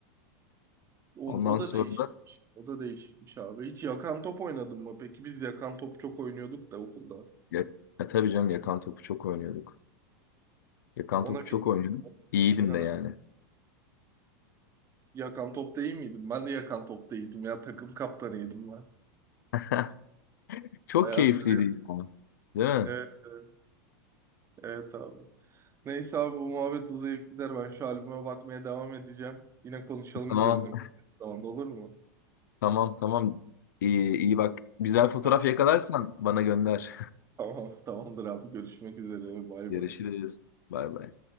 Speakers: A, on the right; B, on the left.
A: O,
B: Ondan
A: o da
B: sonra
A: değişikmiş. O da değişikmiş abi. Hiç yakan top oynadın mı? Peki biz yakan top çok oynuyorduk da okulda.
B: Ya, ya tabii canım yakan topu çok oynuyorduk. Yakan
A: Ona
B: topu çok
A: bir...
B: oynuyorduk. İyiydim
A: Ha.
B: de yani.
A: Yakan topta iyi miydim? Ben de yakan topta iyiydim ya. Takım kaptanıydım ben.
B: <laughs> Çok
A: Bayağı
B: keyifliydi
A: sarıyor.
B: ya. Değil mi?
A: Evet, evet, evet abi. Neyse abi bu muhabbet uzayıp gider. Ben şu albüme bakmaya devam edeceğim. Yine konuşalım
B: Tamam.
A: üzerine. Tamam olur mu?
B: <laughs> Tamam tamam. İyi, iyi bak. Güzel
A: Sen
B: fotoğraf yakalarsan bana gönder.
A: tamam <laughs> tamamdır abi. Görüşmek üzere. Bay
B: <laughs> Görüşürüz.
A: bay.
B: Bay bay.